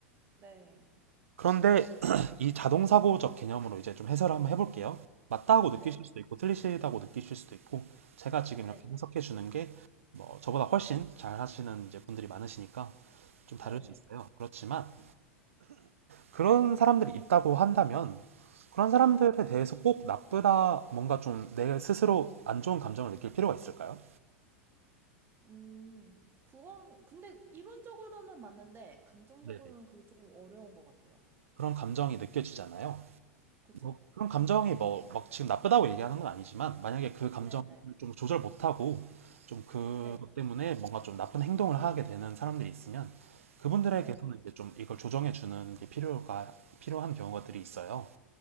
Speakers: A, on the right; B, on the right.
A: 네,
B: 그런데 <clears throat> 이 자동사고적 개념으로 이제 좀 해설을 한번 해볼게요. 맞다고 느끼실
A: 네,
B: 수도 있고 틀리시다고 느끼실 수도 있고 제가 지금
A: 네,
B: 이렇게 해석해 주는 게 뭐 저보다 훨씬 잘 하시는 이제 분들이 많으시니까 좀
A: 네,
B: 다를 수
A: 네,
B: 있어요. 그렇지만 그런 사람들이 있다고 한다면 그런 사람들에
A: 네.
B: 대해서 꼭 나쁘다 뭔가 좀 내 스스로 안 좋은 감정을 느낄 필요가 있을까요?
A: 음, 그건, 근데 이론적으로는 맞는데, 감정적으로는
B: 네네.
A: 그게 조금 어려운 것 같아요.
B: 그런 감정이 느껴지잖아요.
A: 그쵸?
B: 뭐 그런 감정이 뭐 막 지금 나쁘다고 얘기하는 건 아니지만 만약에 그 감정을
A: 네, 네,
B: 좀 조절 못하고 좀 그것
A: 네,
B: 때문에 뭔가 좀 나쁜 행동을 하게 되는 사람들이 있으면 그분들에게서는
A: 네,
B: 이제 좀 이걸 조정해 주는 게 필요가 필요한 경우들이 있어요.